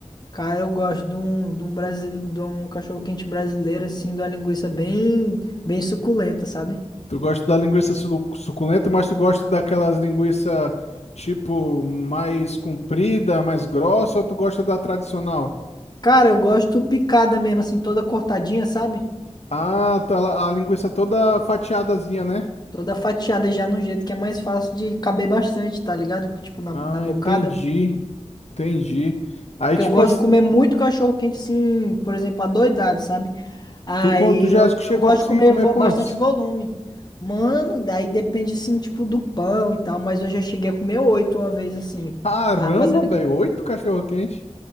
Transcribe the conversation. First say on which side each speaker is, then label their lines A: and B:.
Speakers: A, on the left; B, on the left.
A: Cara, eu gosto de um, de um, brasile... de um cachorro-quente brasileiro, assim, de uma linguiça bem, bem suculenta, sabe?
B: Tu gosta da linguiça su- suculenta, mas tu gosta daquelas linguiça tipo mais comprida, mais grossa, ou tu gosta da tradicional?
A: Cara, eu gosto picada mesmo, assim, toda cortadinha, sabe?
B: Ah, tá, lá- a linguiça toda fatiadazinha, né?
A: Toda fatiada já no jeito que é mais fácil de caber bastante, tá ligado? Tipo, na,
B: Ah,
A: na bocada.
B: entendi. Entendi. Aí,
A: É porque
B: tipo,
A: eu gosto
B: as-
A: de comer muito cachorro-quente, assim, por exemplo, adoidado, sabe? Aí
B: tu, co- tu já
A: eu,
B: chegou
A: eu gosto
B: a conseguir
A: de comer
B: comer
A: vo-
B: quantos?
A: bastante volume. Mano, daí depende, assim, tipo, do pão e tal, mas eu já cheguei a comer oito uma vez, assim.
B: Caramba,
A: Tava fazendo aqui.
B: velho, oito cachorro-quente.